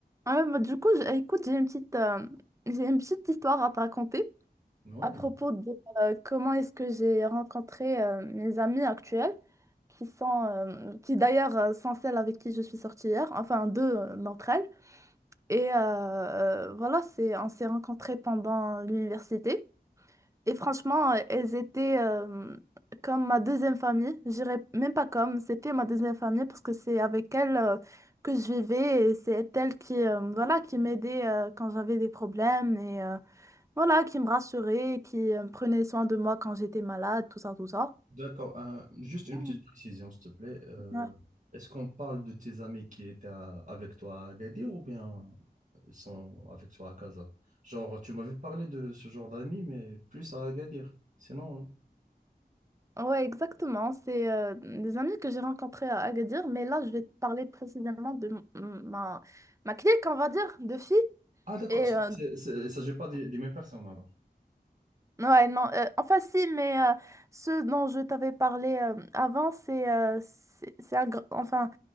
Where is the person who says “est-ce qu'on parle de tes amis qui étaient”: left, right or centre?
Right